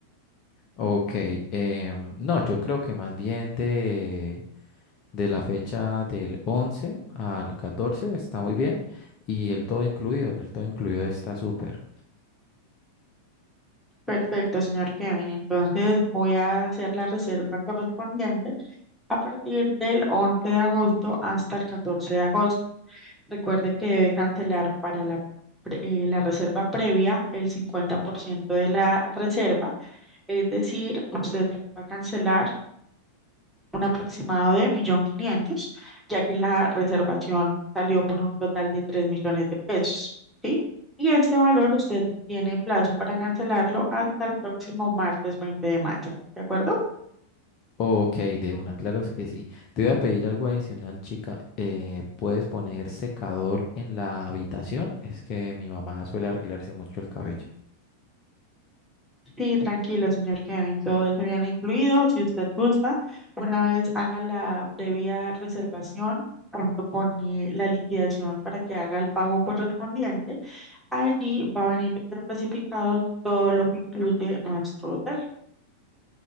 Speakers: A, on the left; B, in the centre.
A: Ok, em, no, yo creo que más bien de... de la fecha del 11 al 14 está muy bien. Y el todo incluido, el todo incluido está súper.
B: Perfecto, señor Kevin. Entonces voy a hacer la reserva correspondiente a partir del 11 de agosto hasta el 14 de agosto. Recuerde que debe cancelar para la, pre- eh, la reserva previa el 50% de la reserva, es decir, usted va a cancelar un aproximado de 1.500.000, ya que la reservación salió por un total de 3 millones de pesos, ¿sí? Y este valor usted tiene plazo para cancelarlo hasta el próximo martes 20 de mayo, ¿de acuerdo?
A: Ok, de una, claro que sí. Te voy a pedir algo adicional, chica. Eh, ¿puedes poner secador en la habitación? Es que mi mamá suele arreglarse mucho el cabello.
B: Sí, tranquilo, señor Kevin, todo eso viene incluido. Si usted gusta, una vez haga la previa reservación junto con eh, la liquidación para que haga el pago correspondiente, allí va a venir especificado todo lo que incluye nuestro hotel.